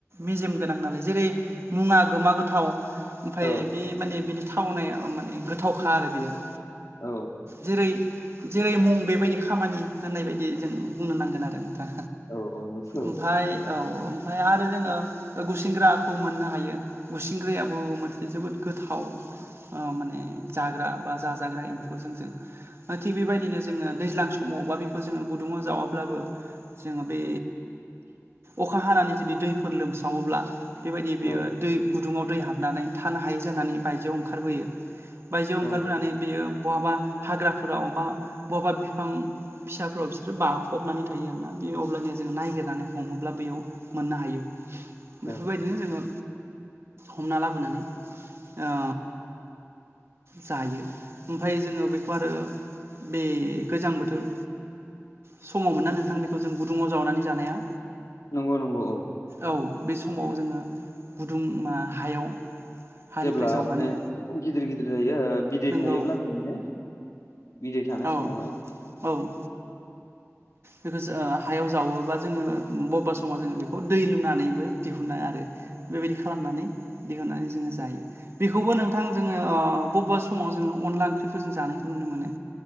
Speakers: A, on the right (about 55°); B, on the left (about 85°).
A: मेजेम गोनां नालाय जेरै मुङा गुमा गोथाव ओमफ्राय
B: आं औ
A: बे माने बिनि थावनाया माने गोथावखा आरो बियो।
B: औ।
A: जेरै जेरै मुं बेबायदि खामानि होननाय बायदि जों बुंनो नांगोन आरो नोंथां।
B: औ औ नोंसो-
A: ओमफाय औ ओमफाय आरो जोङो गुसेंग्राखौ मोननो हायो। गुसिंग्रायाबो मोनसे जोबोद गोथाव ओ माने जाग्रा बा जाजाग्रा एम्फौ जों जों थिग बेबायदिनो जोङो दैज्लां सम समावबा बेखौ जोङो गुदुङाव जावाब्लाबो जोङो बे अखा हानानै जुदि दैफोर लोमसावोब्ला बेबायदि बेयो
B: औ
A: दै गुदुङाव दै हाबनानै थानो हायै जानानै बायजोआव ओंखारबोयो। बायजोआव
B: औ
A: ओंखारबोनानै बेयो बहाबा हाग्राफोराव बबा बहाबा बिफां। फिसाफोराव बिसोरो बाफबनानै थायो आरोना बि अब्लानिया जोङो ननायागिरनानै हमोब्ला बेयाव मोननो हायो
B: औ
A: बेफोरबायदि। बिनो जोङो हमना लाबोनानै ओ जायो ओमफ्राय जोङो बेखौ आरो बे गोजां बोथोर समाव मोन्ना नोंथां बेखौ जों गुदुङाव जावनानै जानाया?
B: नंगौ नंगौ औ।
A: औ बे समाव जोङो गुदुं ओ हायाव हानिफ्राय
B: जेब्ला
A: जावनानै
B: माने गिदिर गिदिर जायो ओ बिदै
A: नोंगौ
B: थायोब्ला जों माने बिदै थानाय
A: औ
B: समावहाय
A: औ बेखौ हायाव जावोबा जोङो बबेबा समाव जोङो बेखौ दै लुनानैबो दिहुनो आरो। बेबायदि खालामनानै दिहुननानै जोङो जायो। बेखौबो नोंथां जोङो ओ बबेबा समाव जोङो अनला ओंख्रिफोर जों जानायखौ नुनो मोनो।